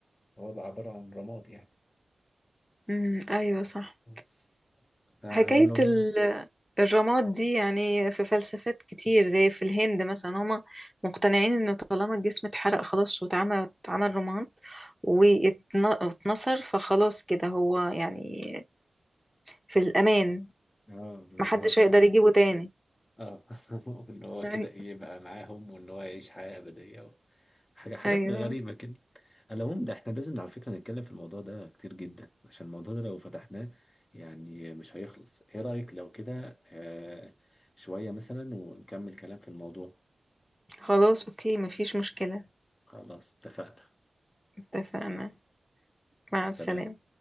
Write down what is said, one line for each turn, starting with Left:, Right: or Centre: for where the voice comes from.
Left: هو بقى عبارة عن رماد يعني
Centre: امم ايوه صح
Left: بس على
Centre: حكاية
Left: العموم
Centre: ال- الرماد دي يعني في فلسفات كتير زي في الهند مثلا هما مقتنعين انه طالما الجسم اتحرق خلاص واتعمل اتعمل رماد واتن- واتنصر فخلاص كده هو يعني في الأمان
Left: اه بالظبط
Centre: محدش هيقدر يجيبه تاني
Left: اه <laughs> وان هو
Centre: أي-
Left: كده ايه يبقى معاهم وان هو يعيش حياة أبدية حاجة حاجات
Centre: ايوه
Left: غريبة كده على العموم ده احنا لازم على فكرة نتكلم في الموضوع ده كتير جدا عشان الموضوع ده لو فتحناه يعني مش هيخلص ايه رأيك لو كده آه شوية مثلا ونكمل كلام في الموضوع
Centre: خلاص اوكي مفيش مشكلة
Left: خلاص اتفقنا
Centre: اتفقنا مع
Left: سلام
Centre: السلامة